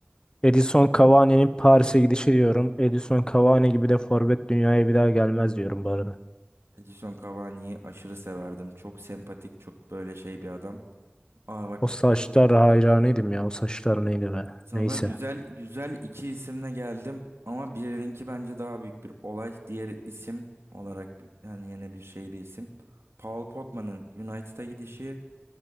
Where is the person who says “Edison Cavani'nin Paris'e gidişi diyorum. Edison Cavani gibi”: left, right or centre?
Left